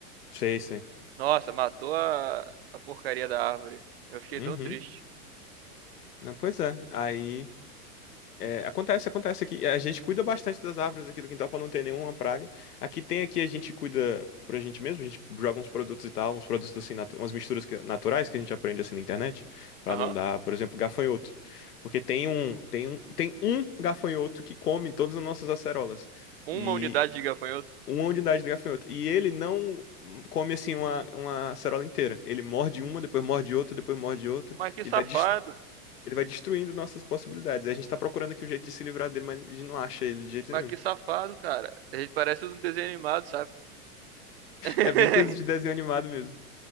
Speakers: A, on the left (about 80°); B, on the right (about 40°).
A: Sei, sei.
B: Nossa, matou a, a porcaria da árvore. Eu fiquei
A: Uhum.
B: tão triste.
A: Não, pois é. Aí. É, acontece, acontece aqui. É, A gente cuida bastante das árvores aqui do quintal para não ter nenhuma praga. Aqui tem aqui, a gente cuida pra gente mesmo, a gente joga uns produtos e tal, uns produtos assim, natu- umas misturas que- naturais que a gente aprende assim na internet, para
B: Aham.
A: não dar, por exemplo, gafanhoto. Porque tem um, tem um, tem um gafanhoto que come todas as nossas acerolas.
B: Uma
A: E
B: unidade de gafanhoto.
A: uma unidade de gafanhoto. E ele não come assim uma, uma acerola inteira. Ele morde uma, depois morde outra, depois morde outra.
B: Mas que
A: Ele
B: safado.
A: vai ele vai destruindo nossas possibilidades. E A gente tá procurando aqui um jeito de se livrar dele, mas a gente não acha ele de jeito
B: Mas
A: nenhum.
B: que safado, cara. Ele parece um desenho animado, sabe? <laughs>
A: É bem coisa de desenho animado mesmo.